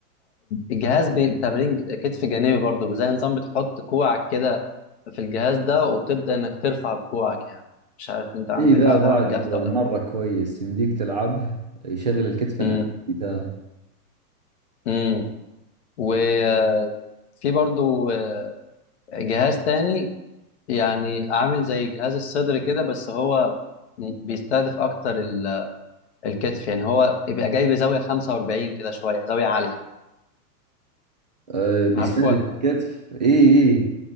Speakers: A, on the left; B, on the right.
A: الجهاز بي- بتمرين كتف جانبي برضو زي نظام بتحط كوعك كده في الجهاز ده وبتبدأ انك ترفع بكوعك يعني مش عارف انت عندك
B: اي ذا
A: آه،
B: بعد
A: تعرف الجهاز ده
B: مرة
A: ولا لا
B: كويس يمديك تلعبه يشغل الكتف
A: امم
B: الأمامي ذا
A: امم وفي برضو آه، جهاز تاني يعني عامل زي جهاز الصدر كده بس هو م- بيستهدف اكتر ال- الكتف يعني هو يبقى جاي بزاوية 45 كده شوية زاوية عالية
B: أه بيستهدف
A: عارفه ولا
B: الكتف اي اي